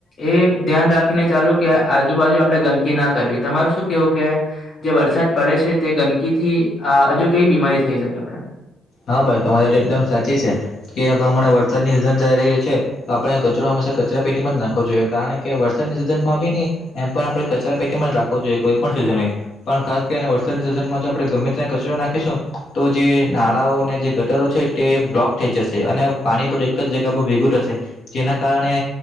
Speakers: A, on the left; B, on the left.
A: એ ધ્યાન રાખીને ચાલુ કે આજુબાજુ આપડે ગંદકી ના કરવી તમાર શું કેવું કે જે વરસાદ પડે છે તે ગંદકીથી આ હજુ કઈ બીમારી થઈ શકે આપડાણે?
B: હા ભાઈ તમારી વા એકદમ સાચી છે કે તો અમારે વરસાદની સિઝન ચાલી રહી છે તો આપણે કચરો હંમેશા કચરા પેટીમાં જ નાખવો જોઈએ કારણ કે વરસાદની સિઝનમાં બી ની એમ પણ આપણે કચરા પેટીમાં જ રાખવો જોઈએ, કોઈ પણ સિઝન હોય. પણ ખાસ કરીને વરસાદની સિઝનમાં જો આપણે ગમે ત્યાં કચરો નાખીશું તો જે નાળ નાડાઓ અને જે ગટરો છે તે બ્લોક થઈ જશે. અને પાણી બધું એક જ જગ્યા પર ભેગું થશે. જેના કારણે